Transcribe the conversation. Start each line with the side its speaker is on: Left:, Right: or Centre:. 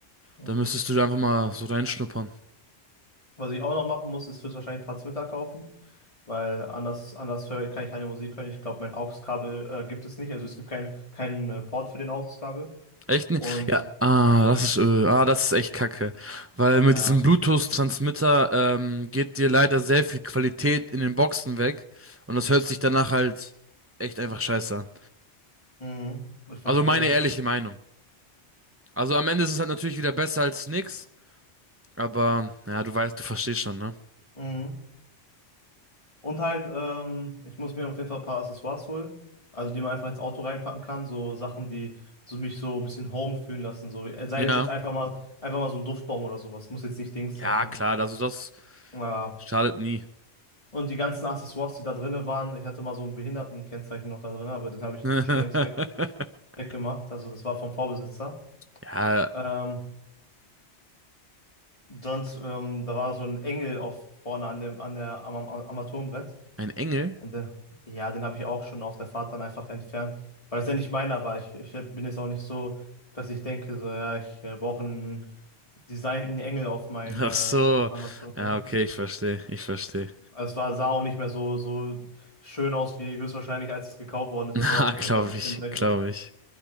Left: Mhm.
Right: Da müsstest du da einfach mal so reinschnuppern.
Left: Was ich auch noch machen muss, ist höchstwahrscheinlich Transmitter kaufen, weil anders, anders höre, kann ich keine Musik hören. Ich glaube, mein AUX-Kabel äh, gibt es nicht. Also es gibt keinen keinen äh, Port für den AUX-Kabel.
Right: Echt nicht?
Left: Und
Right: Ja, ah, das ist, äh, ah, das ist echt Kacke. Weil
Left: ja,
Right: mit diesem Bluetooth-Transmitter ähm, geht dir leider sehr viel Qualität in den Boxen weg. Und das hört sich danach halt echt einfach scheiße an.
Left: mhm, ich verstehe.
Right: Also meine ehrliche Meinung. Also am Ende ist es halt natürlich wieder besser als nix. Aber, ja, du weißt, du verstehst schon, ne?
Left: Mhm. Und halt, ähm, ich muss mir auf jeden Fall ein paar Accessoires holen, also die man einfach ins Auto reinpacken kann, so Sachen, die so mich so ein bisschen home fühlen lassen, so äh, sei
Right: Ja.
Left: es jetzt einfach mal einfach mal so ein Duftbaum oder sowas, muss jetzt nicht Dings
Right: Ja,
Left: sein.
Right: klar, also das
Left: Ja.
Right: schadet nie.
Left: Und die ganzen Accessoires, die da drinne waren, ich hatte mal so ein Behindertenkennzeichen noch da drin, aber das habe ich
Right: <laughs>
Left: schon längst weg, weggemacht, also das war vom Vorbesitzer.
Right: Ja,
Left: Ähm, sonst, ähm, da war so ein Engel auf vorne an dem an der am, am Armaturenbrett.
Right: ein Engel?
Left: Und äh, ja, den habe ich auch schon auf der Fahrt dann einfach entfernt, weil es ja nicht meiner war. Ich, ich bin jetzt auch nicht so, dass ich denke, so, ja, ich äh, brauche einen designten Engel auf meine
Right: Ach so.
Left: Armatur.
Right: Ja,
Left: Ne?
Right: okay, ich verstehe, ich verstehe.
Left: Also es war, sah auch nicht mehr so, so schön aus, wie höchstwahrscheinlich, als es gekauft worden ist.
Right: <laughs>
Left: Also
Right: Na,
Left: war auf
Right: glaube
Left: jeden Fall ein bisschen
Right: ich,
Left: dreckig.
Right: glaube ich.